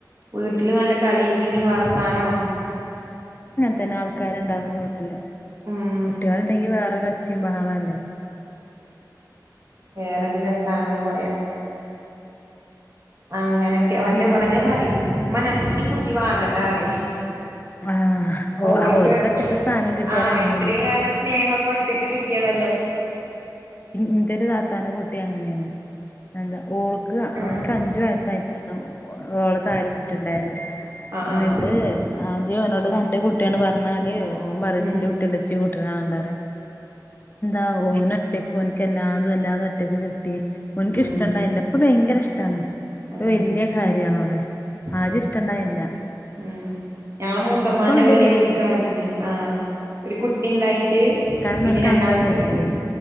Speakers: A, on the right (about 40°); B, on the left (about 30°).
A: വീട്ടില് നല്ല കളീം ചിരീം വാർത്താനോം
B: ഇത്തനെ ആൾക്കാരുണ്ടാവും <unintelligible>
A: ഉം
B: കുട്ടികളുണ്ടെങ്കി വേറൊരച്ചയും ബഹളോല്ലേ?
A: വേറെത് രസാണ് പറയാ. അങ്ങനൊക്കെ. പക്ഷെ
B: പിന്നെ
A: ഇവളെന്നെ പറയും ഉമ്മാ നമുക്കിനി കുട്ടി വാണ്ടട്ടോറയും.
B: ആഹ് ഓ
A: ഓൾക്ക്
B: ഓൽക്ക് ഒറ്റക്ക് സ്ഥാനം കിട്ടിയാൽ
A: ആഹ്
B: അങ്ങനെനു
A: ഇത്രയും കാലം സ്നേഹൊക്കെ ഒറ്റക്ക് കിട് ടിയതല്ലേ?
B: ഇന്തര് താത്താനെ <unintelligible> കുട്ടി അങ്ങനെയായിനു. എന്താ ഓൾക്ക്
A: ആഹ്
B: അവന്ക്ക് അഞ്ചു വയസായിട്ടാണ് ഓള്ക്ക് ആ ഒരു കുട്ടി ഉണ്ടായത്.
A: ആഹ്
B: എന്നിട്ട്
A: ആഹ്
B: ആദ്യം അവനോട് തന്റെ കുട്ടിയാണ് പറഞ്ഞാല് ഓൻ പറയത്
A: ഉം
B: എന്റെ കുട്ടിയല്ല <unintelligible> <unintelligible> ആഹ് ഓനൊറ്റയ്ക്കും ഓന്ക്ക് എല്ലാതും ഒറ്റക്ക് കിട്ടി. ഓന്ക്ക്
A: ഉം
B: ഇഷ്ടൊണ്ടായില്ല. ഇപ്പോ ഭയങ്കര ഇഷ്ടാണ് ഇപ്പൊ
A: ആഹ്
B: വലിയ കാര്യണ ഓ ളെ ആദ്യ
A: ഉം
B: ഇഷ്ടണ്ടായില്ല
A: ഉം ഞങ്ങള മൂത്തമാന്റെ
B: ഇൻക്കും ആണ്ടേ
A: വലിയ
B: കുട്ടിനെ
A: കുട്ടി കാണനത്തെന്നെ ആ ഒരു കുട്ടി ഉണ്ടായി മ
B: കാരണം
A: പിന്നെ
B: ഓൽക്ക്
A: രണ്ടാമത്തത്
B: അന്തം വെച്ചില്ലേ